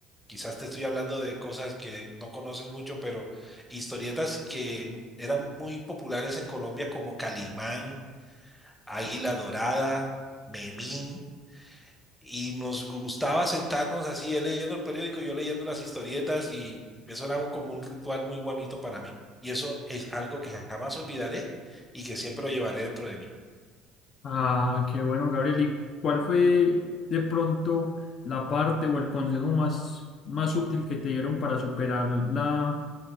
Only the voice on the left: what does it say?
Ah, qué bueno, Gabriel. ¿Y cuál fue de pronto la parte o el consejo más, más útil que te dieron para superar la,